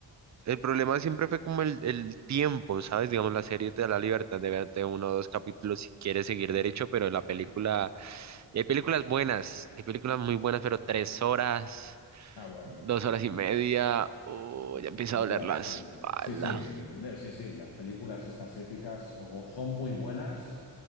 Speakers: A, on the right (about 40°); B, on the left (about 75°).
A: El problema siempre fue como el, el tiempo, ¿sabes? Digamos, la serie te da la libertad de verte uno o dos capítulos si quieres seguir derecho, pero la película, y hay películas buenas, hay películas muy buenas, pero tres horas.
B: Ah, bueno,
A: dos
B: sí.
A: horas
B: eh,
A: y media, o
B: No,
A: ya empieza
B: películas,
A: a doler la espalda.
B: eh, sí, sí, el- eh, sí, sí, las películas estas épicas o son muy buenas